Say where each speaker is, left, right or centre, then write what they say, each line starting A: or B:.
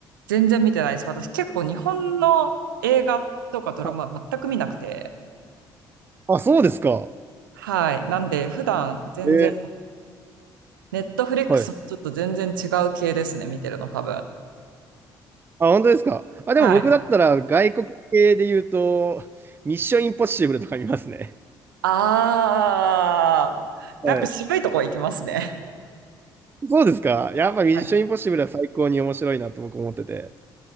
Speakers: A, on the right; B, on the right.
A: 全然見てないです。私結構日本の映画とかドラマ全く見なくて。
B: はいあ、そうですか。
A: はい。なんで普段全然
B: えー
A: ネットフリックスちょっと全然違う系ですね、
B: はい。
A: 見てるの、多分。
B: あ、本当ですか。あ、
A: はい。
B: でも僕だったら外国系で言うと、ミッションインポッシブルとか見ますね。
A: あー、
B: はい。
A: なんか渋いとこ行きますね。
B: そうですか。やっぱミッションインポッシブルは最高に面白いなと僕思ってて。
A: はい。